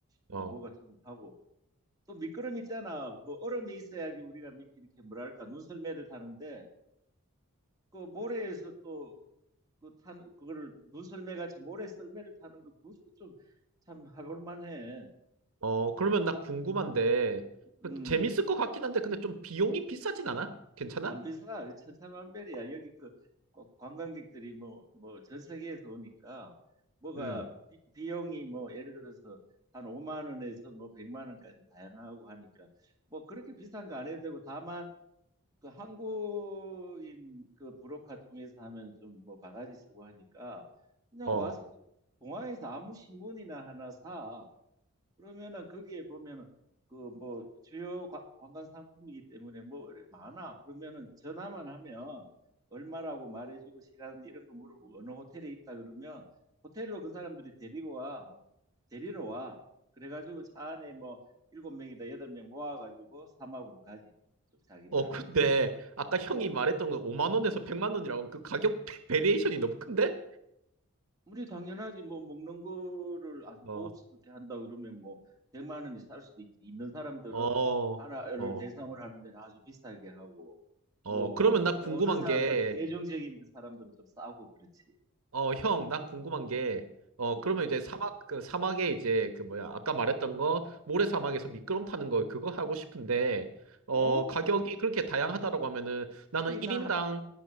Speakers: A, on the right; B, on the right.
A: 어,
B: 이 뭐가 좀 하고 또 미끄럼 있잖아 뭐 얼음이 있어야지 우리가 미- 이렇게 뭐랄까 눈썰매를 타는데 그 모래에서 또 그 타는 그거를 눈 썰매 같이 모래 썰매를 타는 거 그것도 좀 참 해볼 만해.
A: 어, 그러면 나 궁금한데,
B: 음,
A: 그 재밌을 것 같긴 한데, 근데 좀 비용이 비싸진 않아? 괜찮아?
B: 안 비싸. 천차만별이야. 여기 그 꼭 관광객들이 뭐 뭐 전 세계에서 오니까 뭐가
A: 음,
B: 비, 비용이 뭐 예를 들어서 한 5만 원에서 뭐 100만 원까지 다양하고 하니까 뭐 그렇게 비싼 거 안 해도 되고 다만 그 한국인 그 브로커 통해서 하면 좀 뭐 바가지 쓰고 하니까 그냥
A: 어.
B: 와서 공항에서 아무 신문이나 하나 사. 그러면은 거기에 보면은 그 뭐 주요 관- 관광 상품이기 때문에 뭐 이래 많아. 그러면은 전화만 하면 얼마라고 말해주고 시간 이런 거 물어보고 어느 호텔에 있다 그러면 호텔로 그 사람들이 데리고 와. 데리러 와. 그래가지고 차 안에 뭐 일곱 명이다 여덟 명 모아가지고 사막으로 가지. 좀 자기들.
A: 어, 근데, 아까 형이
B: 어.
A: 말했던 건 5만 원에서 100만 원이라고 하면 그 가격 <laughs> 베리에이션이 너무 큰데?
B: 우리 당연하지 뭐 먹는 거를 아주
A: 어,
B: 고급스럽게 한다 그러면 뭐 100만 원이 살 수도 있, 있는 사람들은
A: 어,
B: 하나를
A: 어,
B: 대상으로 하는 데는 아주 비싸게 하고
A: 어.
B: 뭐
A: 그러면
B: 어?
A: 나
B: 또
A: 궁금한
B: 없는 사람들
A: 게,
B: 대중적인 사람들은 좀 싸고 그렇지.
A: 어, 형, 나 궁금한
B: 음.
A: 게, 어,
B: 음.
A: 그러면 이제 사막, 그 사막에 이제 그 뭐야, 아까 말했던 거, 모래 사막에서 미끄럼 타는 거, 그거 하고 싶은데, 어,
B: 어,
A: 가격이
B: 좋죠.
A: 그렇게 다양하다라고 하면은 나는
B: 그게 다
A: 1인당,